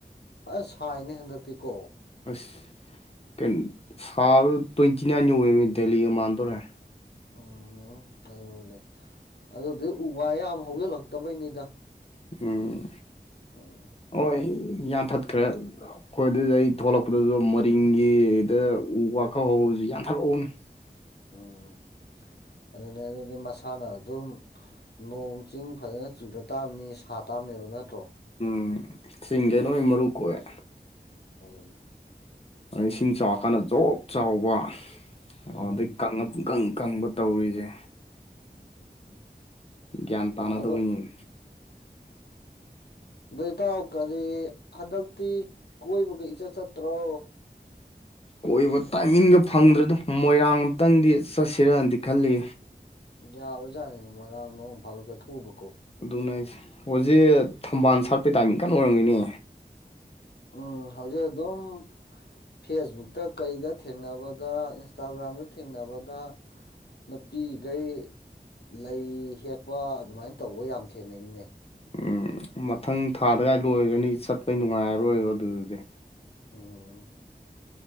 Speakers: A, on the left; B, on the left.
A: ꯑꯁ ꯁꯥꯏꯅꯦ ꯍꯟꯗꯛꯇꯤꯀꯣ
B: ꯑꯁ ꯁꯥꯕꯗꯥ ꯇꯣꯏꯟꯇꯤꯅꯥꯏꯟ ꯌꯧꯋꯦꯃꯦ ꯗꯦꯜꯂꯤ ꯒꯥ ꯃꯟꯗꯣꯔꯦ
A: ꯎꯝ ꯑꯗꯨꯅꯦ ꯑꯗꯨꯗꯤ ꯎ ꯋꯥ ꯌꯥꯝ ꯍꯧꯖꯤꯜꯂꯛꯇꯕꯩꯅꯤꯗ
B: ꯎꯝ
A: ꯎꯝ
B: ꯍꯣꯏ ꯌꯥꯟꯊꯠꯈ꯭ꯔꯦ ꯍꯣꯏ ꯑꯗꯨꯏꯗꯤ ꯑꯩ ꯊꯣꯛꯂꯛꯄꯗꯁꯨ ꯃꯔꯤꯡꯒꯤꯗ ꯎ ꯋꯥ ꯈꯔ ꯍꯧꯕꯗꯨꯁꯨ ꯌꯥꯟꯊꯠꯍꯎꯕꯅꯦ <inaudible>
A: ꯎꯝ ꯑꯗꯨꯅꯦ ꯑꯗꯨꯗꯤ ꯃꯁꯥꯅ ꯑꯗꯨꯝ ꯅꯣꯡ ꯆꯤꯡ ꯐꯖꯅ ꯆꯨꯗ ꯇꯥꯕꯅꯤ ꯁꯥ ꯇꯥꯝꯃꯦꯕꯅ
B: ꯎꯝ ꯆꯤꯡꯗꯦ ꯅꯣꯏ ꯃꯔꯨ ꯀꯣꯛꯑꯦ
A: ꯑꯗꯨꯅꯤ
B: ꯑꯗꯩ ꯏꯁꯤꯡ ꯆꯥꯎꯔꯀꯥꯟꯗ ꯖꯣꯞ ꯆꯥꯎꯕ
A: ꯎꯝ
B: ꯑꯗꯨꯗꯩ ꯀꯪꯉꯥ ꯄꯨꯡꯀꯪ ꯀꯪꯕ ꯇꯧꯔꯤꯁꯦ
A: ꯎꯝ
B: ꯒ꯭ꯌꯥꯟ ꯇꯅꯗꯕꯩꯅꯦ
A: ꯑꯗꯣ ꯗꯣꯏꯇꯥꯎ ꯀꯔꯤ ꯍꯟꯗꯛꯇꯤ ꯀꯣꯏꯕꯒ ꯏꯆꯠ ꯆꯠꯇ꯭ꯔꯣ
B: ꯀꯣꯏꯕ ꯇꯥꯏꯃꯤꯡꯒ ꯐꯪꯗ꯭ꯔꯦꯗ ꯃꯣꯏꯔꯥꯡ ꯑꯝꯇꯪꯗꯤ ꯆꯠꯁꯤꯔꯗꯤ ꯈꯜꯂꯤ
A: ꯌꯥꯕꯖꯥꯠꯅꯤ ꯃꯣꯏꯔꯥꯡ ꯅꯣꯡ ꯐꯥꯗꯣꯛ ꯆꯠꯊꯣꯛꯎꯕ
B: ꯑꯗꯨꯅ ꯑꯩꯁꯦ ꯍꯧꯖꯤꯛ ꯊꯝꯕꯥꯜ ꯁꯥꯔꯠꯄꯩ ꯇꯥꯏꯃꯤꯡ ꯀꯟꯅ ꯑꯣꯏꯔꯝꯒꯤꯅꯤ
A: ꯎꯝ ꯍꯧꯖꯤꯛ ꯑꯗꯨꯝ ꯐꯦꯁꯕꯨꯛꯇ ꯀꯩꯗ ꯊꯦꯡꯅꯕꯗ ꯏꯟꯁꯇꯥꯒ꯭ꯔꯥꯝꯗ ꯊꯦꯡꯅꯕꯗ ꯅꯨꯄꯤꯈꯩ ꯂꯩ ꯍꯦꯛꯄ ꯑꯗꯨꯃꯥꯏꯅ ꯇꯧꯕ ꯌꯥꯝ ꯊꯦꯡꯅꯩꯅꯦ
B: ꯎꯝ ꯃꯊꯪ ꯊꯥꯗꯒꯥꯏ ꯂꯣꯏꯔꯅꯤ ꯆꯠꯄꯩ ꯅꯨꯡꯉꯥꯏꯔꯔꯣꯏ ꯑꯗꯨꯗꯗꯤ
A: ꯎꯝ